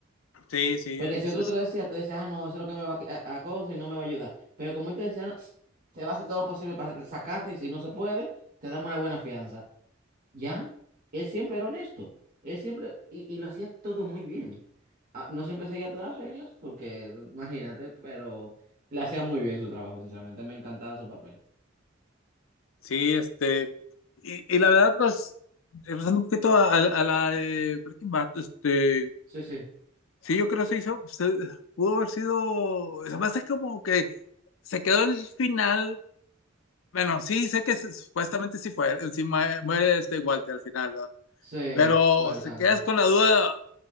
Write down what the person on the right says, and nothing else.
Porque
si otro
te lo decía, tú decías, ah, no, eso es lo que me va a, qui- a, a cosa y no me va a ayudar. Pero como él te decía, "No, se va a hacer todo lo posible para sacarte y si no se puede, te damos una buena fianza. ¿Ya? Él siempre era honesto. Él siempre, y, y lo hacía todo muy bien. Ah, no siempre seguía todas las reglas, porque imagínate, pero le hacía muy bien su trabajo, sinceramente. Me encantaba su papel.
Sí, sí,
sí,
por el
cáncer.